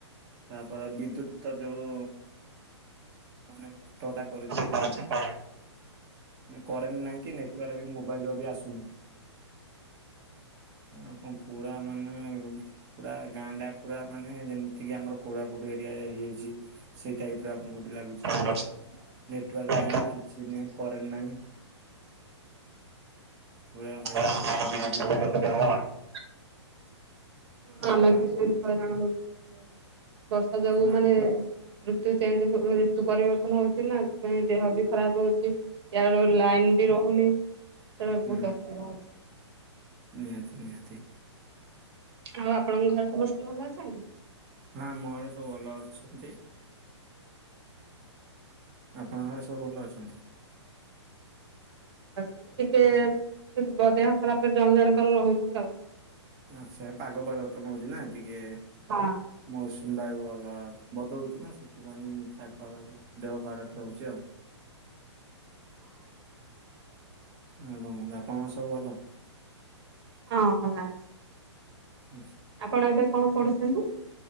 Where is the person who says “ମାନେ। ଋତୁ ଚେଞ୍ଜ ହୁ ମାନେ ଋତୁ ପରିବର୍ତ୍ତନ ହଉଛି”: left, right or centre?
Right